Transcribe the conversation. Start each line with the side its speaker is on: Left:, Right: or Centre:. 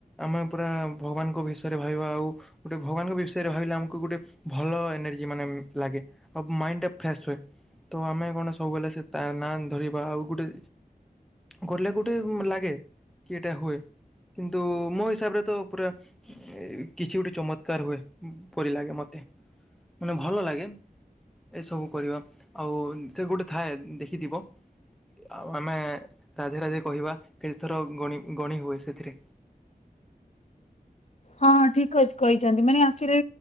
Centre: ଆମେ ପୁରା ଭଗବାନଙ୍କ ବିଷୟରେ ଭାବିବା ଆଉ। ଗୋଟେ ଭଗାବାନଙ୍କ ବିଷୟରେ ଭାବିଲେ ଆମକୁ ଗୋଟେ ଭଲ ଏନର୍ଜି ମାନେ ଲାଗେ। ଆଉ ମାଇଣ୍ଡ ଟା ଫ୍ରେଶ ହୁଏ ତ ଆମେ କଣ ସବୁବେଳେ ତା ନାଁ ଧରିବା ଆଉ ଗୋଟେ। କୋଉଠି ନା କୋଉଠି ଲାଗେ କି ଏଟା ହୁଏ କିନ୍ତୁ ମୋ ହିସାବରେ। ତ ପୁରା କିଛି ଗୋଟେ ଚମତ୍କାର ହୁଏ ପରି ଲାଗେ ମତେ। ମାନେ ଭଲ ଲାଗେ। ଏସବୁ କରିବା ଆଉ ସେ ଗୋଟେ ଥାଏ ଦେଖିଥିବ। ଆଉ ଆମେ ରାଧେ ରାଧେ କହିବା କେତେ ଥର ଗଣି ଗଣି ହୁଏ ସେଥିରେ।
Left: ହଁ ଠିକ କ‌ଥ୍ କହିଛନ୍ତି ମାନେ ଆକଚୁଲି